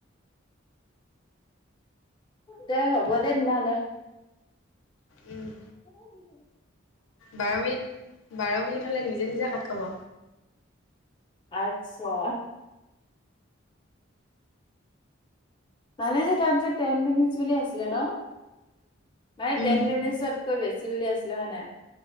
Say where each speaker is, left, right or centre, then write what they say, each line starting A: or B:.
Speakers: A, on the left; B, on the left.
A: দে হ'ব দে তেনেহ'লে
B: উম।
A: <unintelligible>
B: বাৰ মিনিট, বাৰ মিনিট হ'লে নিজে নিজে কাট খাব।
A: আচ্ছা। মানে যে তাত যে ন টেন মিনিটচ বুলি আছিলে ন' মানে
B: উম,
A: টেন মিনিটছতকৈ বেছি বুলি আছিলে হয় নে নাই